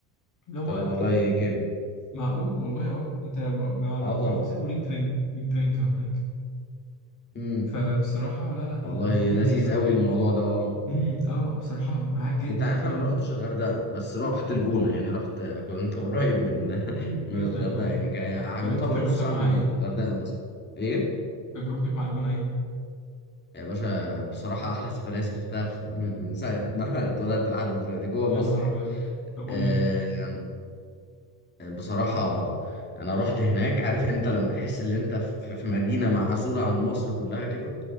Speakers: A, on the left (about 40°); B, on the left (about 25°).
A: اللي هو
B: طب
A: التيكت
B: والله جامد
A: معقول والله اه انت ب ب- 450
B: اه طبعا
A: وليك درينك ليك درينك هناك
B: امم
A: فبصراحه لا لا الاجواء
B: والله لذيذ
A: هناك بقى
B: قوي الموضوع ده اه
A: امم اه بصراحه معاك جدا
B: انت عارف
A: في الحوار
B: انا ما رحتش الغردقه بس رحت الجونه يعني رحت كنت قريب من <laughs> من
A: جدا
B: الغردقه
A: اه
B: يعني كان يعني
A: طب
B: يعتبر
A: انت تجربتك
B: نص ساعه
A: معاها
B: من الغردقه
A: ايه؟
B: مثلا ايه
A: تجربتك مع الجونة ايه؟
B: يا باشا بصراحة أحلى سفرية سافرتها في- من من ساعة ما <laughs> اتولدت لحد دلوقتي جوه
A: يا
B: مصر
A: نهار
B: يعني
A: ابيض طب قول
B: آه،
A: لي
B: بصراحة أنا رحت هناك عارف أنت لما تحس إن أنت في في مدينة معزولة عن مصر كلها كده